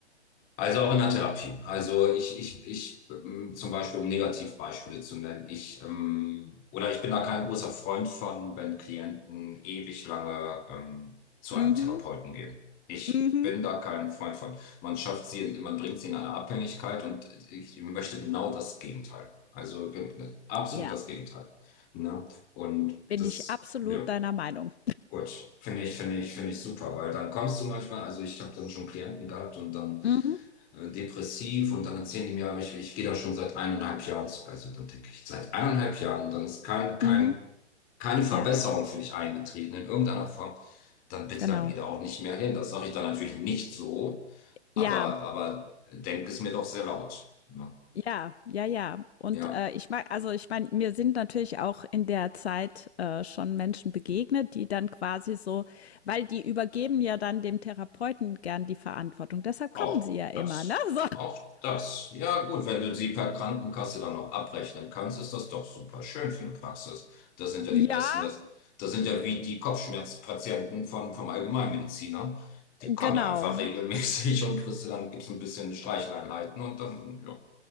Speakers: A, on the left; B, on the left.
A: Also auch in der Therapie. Also ich, ich, ich, ähm, zum Beispiel, um Negativbeispiele zu nennen, ich, ähm, oder ich bin da kein großer Freund von, wenn Klienten ewig lange ähm, zu einem
B: Mhm,
A: Therapeuten gehen. Ich
B: mhm.
A: bin da kein Freund von. Man schafft sie, in- man bringt sie in eine Abhängigkeit und ich möchte genau das Gegenteil. Also gen- absolut
B: Ja,
A: das Gegenteil. Ne? Und
B: bin
A: das,
B: ich absolut
A: ja.
B: deiner Meinung.
A: Gut, finde ich, finde ich, finde ich super, weil dann kommst du manchmal, also ich habe dann schon Klienten gehabt und dann
B: Mhm,
A: äh, depressiv und dann erzählen die mir, aber ich, ich gehe da schon seit eineinhalb Jahren, zu- also dann denke ich, seit eineinhalb Jahren und dann ist kein, kein,
B: mhm.
A: keine Verbesserung
B: Ja,
A: für mich eingetreten in irgendeiner Form, dann bitte,
B: genau.
A: dann geh da auch nicht mehr hin. Das sage ich dann natürlich nicht so, aber,
B: Ja,
A: aber denk es mir doch sehr laut. Ne?
B: Ja, ja, ja. Und
A: Ja.
B: äh, ich mag, also ich meine, mir sind natürlich auch in der Zeit äh, schon Menschen begegnet, die dann quasi so, weil die übergeben ja dann dem Therapeuten gern die Verantwortung. Deshalb
A: Auch
B: kommen sie ja immer,
A: das.
B: ne? So.
A: Auch das. Ja, gut, wenn du sie per Krankenkasse dann auch abrechnen kannst, ist das doch super schön für eine Praxis. Das sind ja
B: Ja,
A: die besten. Das, das sind ja wie die Kopfschmerzpatienten vom, vom Allgemeinmediziner. Die kommen
B: genau.
A: ja einfach <laughs> regelmäßig und kriegst du dann gibt's ein bisschen Streicheleinheiten und dann, ja.